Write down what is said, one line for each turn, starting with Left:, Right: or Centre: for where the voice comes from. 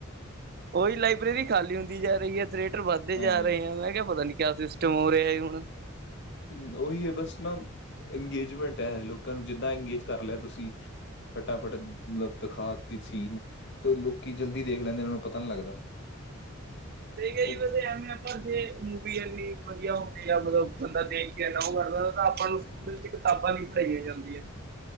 Right: ਉਹੀ ਲਾਇਬ੍ਰੇਰੀ ਖਾਲੀ ਹੁੰਦੀ ਜਾ ਰਹੀ ਹੈ। ਰੇਟਰ ਵੱਧਦੇ ਜਾ
Left: ਹਾਂਜੀ
Right: ਰਹੇ
Left: ਹਾਂਜੀ
Right: ਆ। ਮੈਂ ਕਿਹਾ ਪਤਾ ਨੀ ਕਿਆ ਸਿਸਟਮ ਹੋ ਰਿਹਾ ਹੈ, ਹੁਣ।
Left: ਹ ਉਹੀ ਹੈ ਬਸ ਨਾ ਅੰਗੇਜਮੈਂਟ ਹੈ। ਲੋਕਾਂ ਨੂੰ ਜਿੱਦਾਂ ਅੰਗੇਜ ਕਰ ਲਿਆ ਤੁਸੀਂ, ਫਟਾਫਟ ਮਤਲਬ ਦਿਖਾ ਤੇ ਸੀਨ ਤੇ ਲੋਕੀ ਜਲਦੀ ਦੇਖ ਲੈਂਦੇ। ਇਹਨਾਂ ਨੂੰ ਪਤਾ ਨਹੀਂ ਲੱਗਦਾ।
Right: ਤੇ ਕਈ
Left: ਉਹ
Right: ਬੰਦੇ ਐਵੇਂ ਆ ਬਸ, ਜੇ ਮੂਵੀ ਇੰਨੀ ਵਧੀਆ ਹੋਦੀ ਆ। ਮਤਲਬ ਬੰਦਾ ਦੇ ਤੇ ਅਲਾਓ ਕਰਤਾਂ ਆਪਾਂ ਨੂੰ, ਸਕੂਲ ਦੇ ਵਿੱਚ ਕਿਤਾਬਾਂ ਨ ਪੜਾਈਆਂ ਜਾਂਦੀਆਂ।